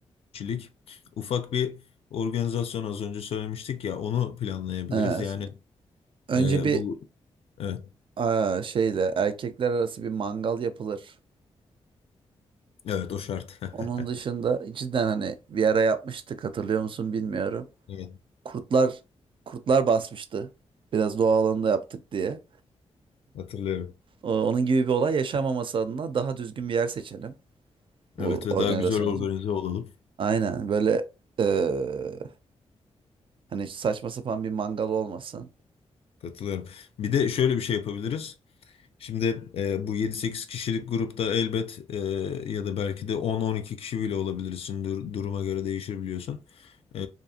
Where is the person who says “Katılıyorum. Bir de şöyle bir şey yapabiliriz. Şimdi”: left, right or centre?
Left